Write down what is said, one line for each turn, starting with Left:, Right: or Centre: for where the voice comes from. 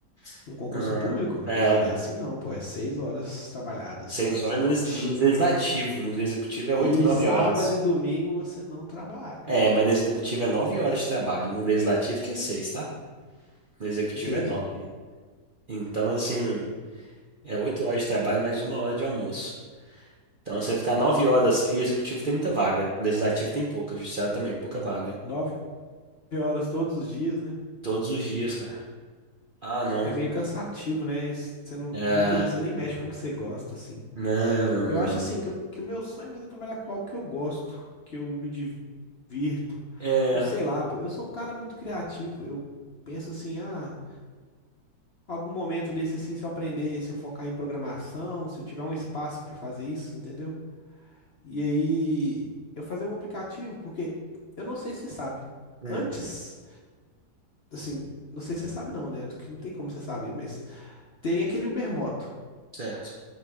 Right: velho.
Left: Um concurso público?
Right: Ah, é,
Left: Não,
Right: ué.
Left: não é assim não, pô. É seis horas trabalhadas,
Right: Seis
Left: seis horas
Right: horas
Left: e vinte.
Right: no, leis- no legislativo. No executivo é oito
Left: E
Right: ou nove
Left: sábado
Right: horas.
Left: e domingo você não trabalha.
Right: É, mas no executivo é nove horas de trabalho. No legislativo que é seis, tá? No executivo
Left: Entendi.
Right: é nove. Então, assim, é oito horas de trabalho mais uma hora de almoço. Então, você ficar nove horas. E executivo tem muita vaga. Legislativo tem pouca. Judiciário também, pouca vaga.
Left: Nove horas todos os dias, né?
Right: Todos os dias, cara. Ah, não.
Left: É meio cansativo, né? Isso- Você não,
Right: É,
Left: muitas vezes você nem mexe com o que você gosta, assim.
Right: não, não,
Left: Eu acho, assim,
Right: não.
Left: que, eu- que o meu sonho mesmo é trabalhar com algo que eu gosto, que eu me divirto.
Right: É,
Left: Ou sei lá, pô. Eu sou um cara muito criativo. Eu penso assim, ah, algum momento desse, assim, se eu aprender, se eu focar em programação, se eu tiver um espaço pra fazer isso, entendeu? E aí eu fazia um aplicativo, porque eu não sei se você sabe.
Right: hum,
Left: Antes, assim, não sei se você sabe não, né? Que não tem como você saber, mas tem aquele Ubermoto.
Right: certo.